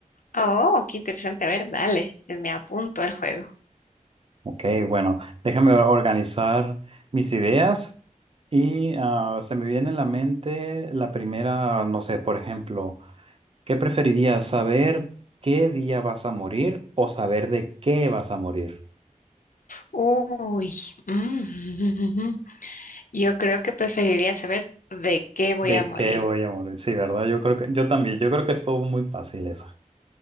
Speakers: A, on the left; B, on the right.
A: Oh, qué interesante. A ver, dale, me apunto al juego.
B: Ok, bueno, déjame organizar mis ideas y ah, se me viene a la mente la primera, no sé, por ejemplo. ¿Qué preferirías, saber qué día vas a morir o saber de qué vas a morir?
A: Uy, mm, <laughs> yo creo que preferiría saber de qué voy
B: ¿De
A: a morir.
B: qué voy a morir? Sí, ¿verdad? Yo creo que, yo también, yo creo que estuvo muy fácil esa.